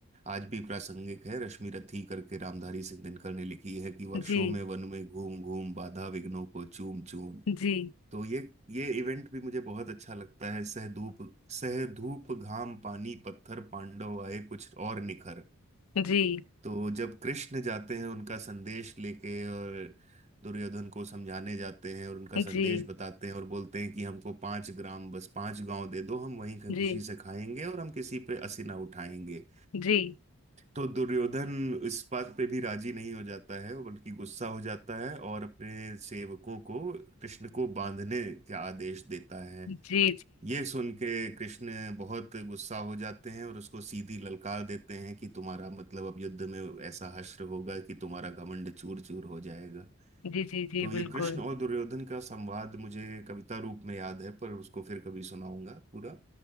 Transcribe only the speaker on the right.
आज भी प्रासंगिक है रश्मि रथी करके रामधारी सिंह दिनकर ने लिखी है कि वर्षों
में वन में घूम घूम बाधा विघ्नों को चूम चूम
तो ये ये इवेंट भी मुझे बहुत अच्छा लगता है सह धूप सह धूप घाम पानी पत्थर पांडव आए कुछ और निखर
तो जब कृष्ण जाते हैं उनका संदेश लेके और दुर्योधन को समझाने जाते हैं और उनका
संदेश
बताते हैं और बोलते हैं कि हमको पांच ग्राम बस पांच गांव दे दो हम वहीं खुशी
से खाएंगे और हम किसी पे असी ना उठाएंगे
तो दुर्योधन इस बात पे भी राजी नहीं हो जाता है बल्कि गुस्सा हो जाता है और अपने सेवकों को कृष्ण को बांधने का आदेश देता है
ये सुन के कृष्ण बहुत गुस्सा हो जाते हैं और उसको सीधी ललकार देते हैं कि तुम्हारा मतलब अब युद्ध में ऐसा हश्र होगा कि तुम्हारा घमंड चूर चूर हो जाएगा
तो ये
कृष्ण और दुर्योधन का संवाद मुझे कविता रूप में याद है पर उसको फिर कभी सुनाऊंगा पूरा